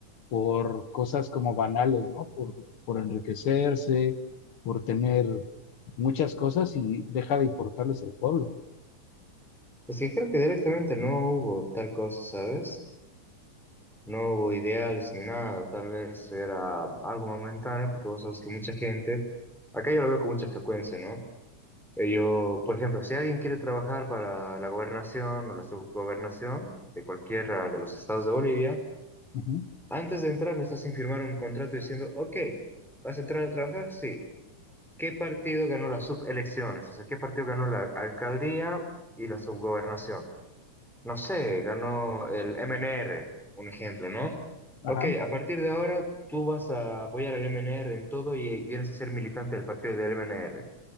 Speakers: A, on the left; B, in the centre.
A: por cosas como banales, ¿no? Por, por enriquecerse, por tener muchas cosas y deja de importarles el pueblo.
B: Es que creo que directamente no hubo tal cosa, ¿sabes? No hubo ideales ni nada, tal vez era algo momentáneo, porque vos sabes que mucha gente, acá yo lo veo con mucha frecuencia, ¿no? Eh, Yo, por ejemplo, si alguien quiere trabajar para la gobernación o la subgobernación de cualquiera de los estados de Bolivia,
A: Ujú,
B: antes de entrar le estás sin firmar un contrato diciendo, ok, ¿vas a entrar a trabajar? Sí. ¿Qué partido ganó las subelecciones? O sea, ¿qué partido ganó la alcaldía y la subgobernación? no sé, ganó el MNR, un ejemplo, ¿no?
A: Ajá.
B: Ok, a partir de ahora tú vas a apoyar al MNR en todo y vienes a ser militante del partido del MNR.